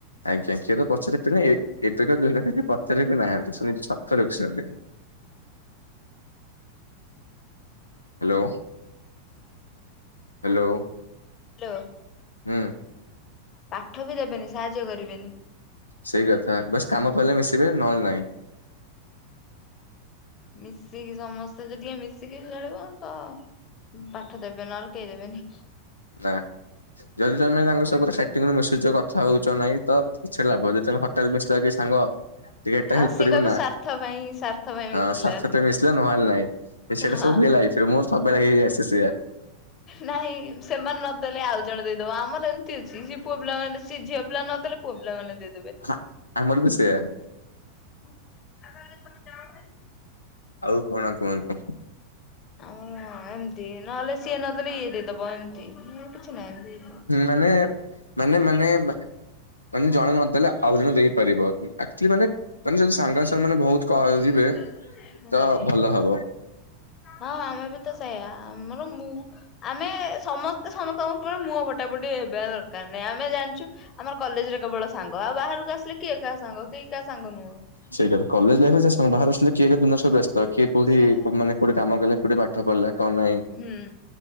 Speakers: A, on the left (about 85°); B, on the left (about 30°).
A: ଆଜ୍ଞା କିଏ ତ ପଚାର ନା ଏବେକା ପଚାର ବିି ନାହାନ୍ତି ଶୁଣି <unintelligible> ହ୍ୟାଲୋ ହ୍ୟାଲୋ।
B: ହ୍ୟାଲୋ।
A: ହୁଁ।
B: ପାଠ ବି ଦେବେନି ସାହାଯ୍ୟ କରିବେନି।
A: ସେଇ କଥା ବସ କାମ ପିଲଲେ ମିଶିବେ ନହେଲେ ନହିଁ।
B: ମିଶିକି ସମସ୍ତେ ଯଦି ମିଶିକି ଚଳିବ ତ ପାଠ ଦେବେ ନହେଲେ କେହି ଦେବେନି।
A: ନା ଯଦି ତମେ ତାଙ୍କ ସର <unintelligible> ମିଶୁଛ କଥା ହଉଛ ନାହିଁ ତ କିଛି ଲାଭ ଯେଦ <unintelligible> ହଠାତ୍ କିଛି <unintelligible> ସାଙ୍ଗ ଟିକେ ଏଟା
B: ଆଉ
A: ହେଲ୍ପ
B: ସିଏ
A: କରିବ
B: କହିବେ
A: ନା ହଁ
B: ସ୍ଵାର୍ଥ ପାଇଁ ସ୍ଵାର୍ଥ ପାଇଁ ମିଶିଲା
A: ସ୍ୱାର୍ଥ
B: ଆସିକି
A: ଟାଇମ୍ ରେ ମିଶିଲେ ନହଲେ ନାଇଁ। ବେ ସେଟା
B: ହଁ
A: ସବୁ ହୁଏ ଲାଇଫସ ରେ ମୋର ସବୁବେଳେ ହେଇ ହେଇ ଆସେ ସେଇଆ
B: ନାଇଁ ସେମାନେ ନଦେଲେ ଆଉ ଜଣ ଦେଇଦବ ଆମର ଏମିତି ଅଛି ଝ ପୁଅ ପିଲାମାନେ ସିଏ ଝିଅ ପିଲା ନଦେଲେ ପୁଅ ପିଲା ମାନେ ଦେଇ
A: ହଁ ଆମର ବି ସେଇଆ
B: <inaudible>
A: ଆଉ କଣ କୁହନ୍ତୁ।
B: ଆମର ଏମିତି ନହେଲେ ସିଏ ନଦେଲେ ଇଏ ଦେଇଦବ ଏମିତି କିଛି ନାହିଁ ଏମିତି ନାହିଁ।
A: ମାନେ ମାନେ ମାନେ ମାନେ ଜଣ ନଦେଲେ ଆଉ ଜଣେ ଦେଇ ପାରିବ ଆକଚୁଲି ମାନେ ମାନେ ଜଦି ସାଙ୍ଗ ସା ମାନେ ବହୁତ କରିବେ
B: ହଁ।
A: ତ ଭଲ ହବ।
B: ହଁ ଆମେ ବି ତ ସେଇା ଆମର ମୁଁ ଆମେ ସମସ୍ତେ ସମସ୍ତଙ୍କ ଉପରେ ମୁହଁ ଫଟାପଟି ହେବା ଦ କାରନାହିଁ ଆମେ ଜାଣିଚୁ ଆମ କଲେଜରେ କେବଳ ସାଙ୍ଗ ଆଉ ବାହାରକୁ ଆସିଲେ କିଏ କାହା ସାଙ୍ଗ କେହି କାହା ସାଙ୍ଗ ନୁହଁ।
A: ସେଇଟା ତ କଥା କଲେଜ ଲାଇଫ ସେ ସାଙ୍ଗ ବାହାରୁ ଆସିଲେ କିଏ ଦିନ ସବୁ ବ୍ୟସ୍ତ କିଏ କୋଠି
B: ସେୟା
A: ମାନେ କୋଉଠି କାମ କଲେ ଗୋଟେ ପାଠ ପଢିଲା କଣ ନାହିଁ
B: ହୁଁ